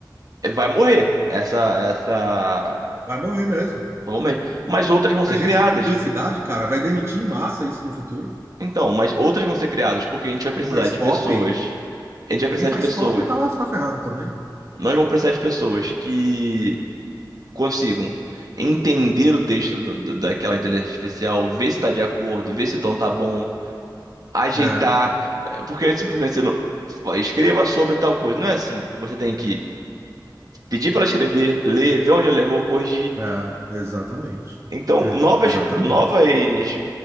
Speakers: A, on the right; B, on the right.
A: é, vai morrer. Essa, essa,
B: Vai morrer mesmo.
A: vão morrer. Mas outras vão
B: Agência
A: ser criadas.
B: de publicidade, cara, vai demitir em massa isso no futuro.
A: Então, mas outras vão ser criadas, porque a gente vai precisar
B: Não faz
A: de
B: copy,
A: pessoas. A gente vai precisar
B: Quem faz
A: de pessoas
B: cópia tá lá, tá ferrado também.
A: Nós vamos precisar de pessoas que consigam entender o texto do- do- daquela inteligência artificial, ver se está de acordo, ver se o tom tá bom, ajeitar,
B: É,
A: eh, porque simplesmente você não fala, escreva sobre tal coisa. Não é assim. Você tem que pedir para ela escrever, ler, ver onde ela errou, corrigir.
B: é, exatamente.
A: Então,
B: E-
A: novas,
B: Exatamente.
A: novas